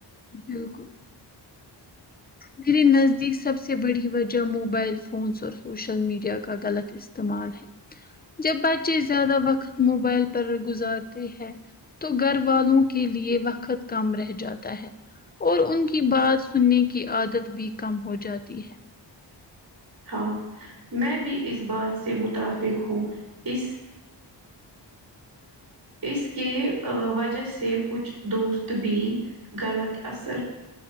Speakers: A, on the left; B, on the right.
A: بالکل میرے نزدیک سب سے بڑی وجہ موبائل فونس اور سوشل میڈیا کا غلط استعمال ہے جب بچے زیادہ وقت موبائل پر گزارتے ہیں تو گھر والوں کے لیے وقت کم رہ جاتا ہے اور ان کی بات سننے کی عادت بھی کم ہو جاتی ہے
B: ہاں میں بھی اس بات سے متافق ہوں اس اس کے وجہ سے کچھ دوست بھی غلط اثر